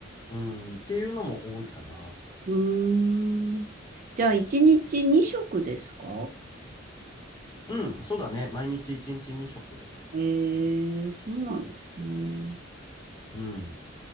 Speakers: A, on the left (about 20°); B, on the right (about 40°).
A: うん、っていうのも多いかな。
B: うーんじゃあ、一日二食ですか
A: うん、そうだね。毎日1日2食です。
B: ええそうなんですね。
A: うん。